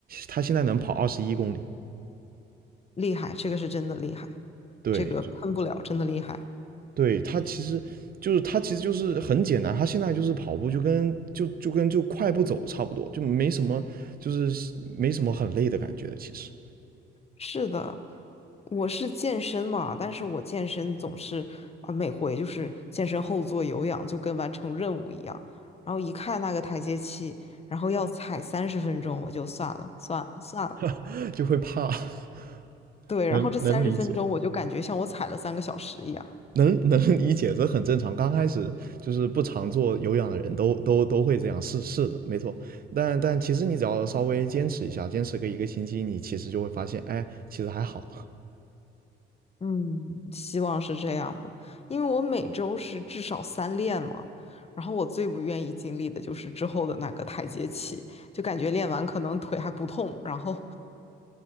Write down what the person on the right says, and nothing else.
他现在能跑二十一公里。
对，
就
对他其实就是他其实就是很简单，他现在就是跑步就跟就就跟就快步走差不多，就没什么就是没什么很累的感觉的其实
<laughs> 就会怕。<laughs>
能能理解。能 <laughs> 能理解，这很正常。刚开始就是不常做有氧的人都都都会这样，是是的，没错。但但其实你只要稍微坚持一下，坚持个一个星期，你其实就会发现，哎，其实还好。